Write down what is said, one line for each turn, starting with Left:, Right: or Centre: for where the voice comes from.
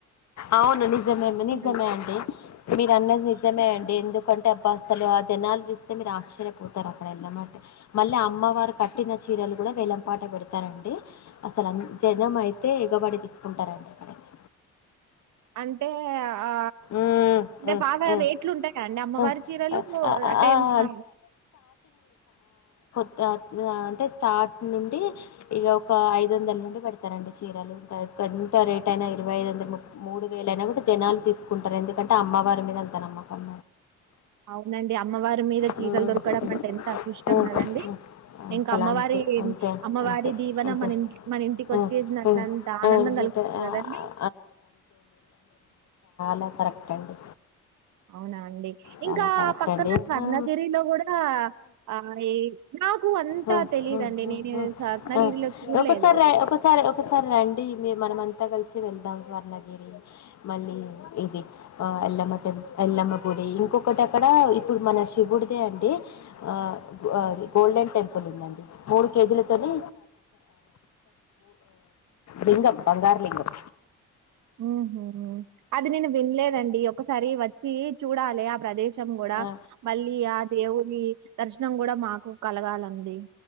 Left: అవును నిజమే నిజమే
Right: లే
Left: అండి మీరు అన్నది నిజమే అండి ఎందుకంటే అబ్బ అస్సలు జనాలు చూస్తే మీరు ఆశ్చర్యపోతారు. అక్కడ వెళ్ళమట మళ్ళీ అమ్మవారు కట్టిన చీరలు కూడా వేలంపాట పెడతారండి. అసలు జనం అయితే ఎగబడి తీసుకుంటారంట అక్కడైతే.
Right: అంటే ఆ
Left: ఉమ్
Right: అంటే
Left: ఉమ్
Right: బాగా
Left: ఉమ్
Right: రేట్లు ఉంటాయా అండి అమ్మవారి
Left: ఆ!
Right: చీరలు
Left: ఆ! ఆహ్,
Right: అంటే
Left: ఆహ్,
Right: ఏమన్న
Left: అ అంటే స్టాటింగ్ నుండి ఇక ఒక ఐదు వందల నుండి పెడతారండి. చీరలు ఎంత రేట్ అయినా, ఇరవై ఐదు వందలు, మూడు వేల అయినా కూడా జనాలు తీసుకు కుంటరు ఎందుకంటే అమ్మవారి మీద అంత నమ్మకం
Right: అవునండి అమ్మవారి మీద చీరలు
Left: హ్మ్.
Right: దొరకడం
Left: హ్మ్.
Right: అంటే ఎంత అదృష్టం
Left: హ్మ్.
Right: కదండి.
Left: హ్మ్.
Right: ఇంకా
Left: అసలు
Right: అమ్మవారి
Left: అంతే. అంతే.
Right: అమ్మవారి
Left: అంతే.
Right: దీవెన
Left: అంతే.
Right: మన ఇమ్ మన ఇంటికి వచ్చేసిదంట
Left: ఆ! హ్మ్.
Right: అంత
Left: ఆ!
Right: ఆనందం
Left: జుట్టు
Right: కలుగుతుంది
Left: ఆహ్,
Right: కదండి.
Left: అ కరెక్ట్ అండి
Right: అవునా అండి
Left: చాలా
Right: ఇంకా
Left: కరెక్ట్
Right: పక్కన
Left: అండి.
Right: స్వర్ణగిరిలో
Left: ఆ!
Right: కూడా ఆ నాకు అంతా
Left: ఆ,
Right: తెలిదండి.
Left: ఆ, ఆ,
Right: నేను
Left: ఆ,
Right: స్వర్ణగిరిలో
Left: ఆ.
Right: చూడలేదు.
Left: ఒకసారి ర- ఒకసారి ఒకసారి రండి మీ మనమంతా కలిసి వెళ్దాం స్వర్ణగిరి మళ్ళీ ఇది ఆ ఎల్లమ్మ టె ఎల్లమ్మ గుడి ఇంకొకటి అక్కడ ఇప్పుడు మన శివుడిదే అండి ఆ గోల్డెన్ టెంపుల్ ఉందండి మూడు కేజీలతోనే లింగం బంగారు లింగం
Right: ఉ హు అది నేను వినలేదండి ఒకసారి వచ్చి చూడాలె ప్రదేశం కూడా
Left: ఆ,
Right: మళ్ళీ ఆ దేవుడి దర్శనం కూడా మాకు కలగాలండి